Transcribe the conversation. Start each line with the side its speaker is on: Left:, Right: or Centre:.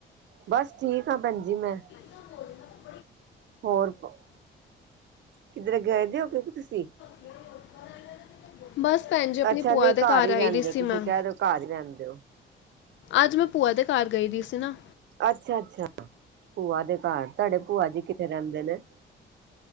Right: ਬਸ ਠੀਕ ਆ, ਭੈਣ ਜੀ ਮੈਂ
Left: <unintelligible>
Right: ਹੋਰ ਪੋ, ਕਿਧਰੇ ਗਏ ਦੇ ਓ ਕੀ ਤੁਸੀਂ?
Left: <unintelligible> ਬਸ ਭੈਣ ਜੀ, ਆਪਣੀ
Right: ਅੱਛਾ
Left: ਭੂਆ
Right: ਨਹੀਂ
Left: ਦੇ ਘਰ
Right: ਹੀ
Left: ਆਈ
Right: ਰਹਿੰਦੇ
Left: ਦੀ ਸੀ
Right: ਹੋ ਤੁਸੀਂ
Left: ਮੈਂ।
Right: ਕਹਿ ਰਹੇ ਹੋ ਘਰ ਹੀ ਰਹਿੰਦੇ ਹੋ।
Left: ਅੱਜ ਮੈਂ, ਭੂਆ ਦੇ ਘਰ ਗਈ ਦੀ ਸੀ ਨਾ।
Right: ਅੱਛਾ ਅੱਛਾ ਭੂਆ ਦੇ ਘਰ, ਤੁਹਾਡੇ ਭੂਆ ਜੀ ਕਿੱਥੇ ਰਹਿੰਦੇ ਨੇ?